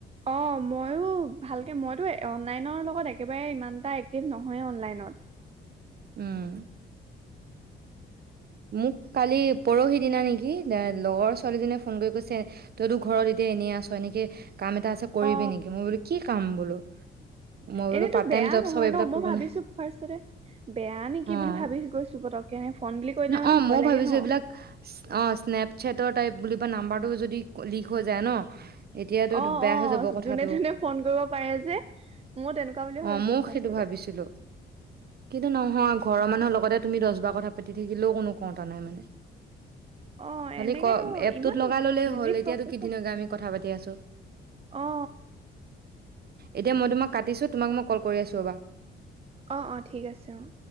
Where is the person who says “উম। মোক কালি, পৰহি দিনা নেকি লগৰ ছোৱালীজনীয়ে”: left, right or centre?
Right